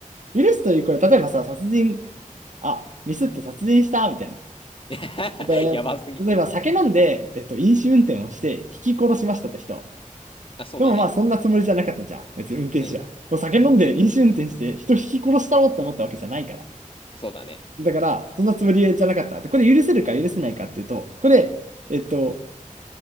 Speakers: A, on the right; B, on the left.
A: 許すという行為、例えばさ、殺人、あ、ミスって殺人したみたいな。
B: <laughs>
A: あとね例えば酒飲んで、
B: やばすぎ。
A: えっと、飲酒運転をして、ひき殺しましたって人。
B: あ、そうだね。
A: でもまあ、そんなつもりじゃなかったじゃん。別に運転手は。
B: うん。
A: お酒飲んで飲酒運転して、
B: うん。
A: 人ひき殺したろって思ったわけじゃないから。
B: そうだね。
A: だから、そんなつもりじゃなかった。で、これ許せるか許せないかっていうと、これ、えっと、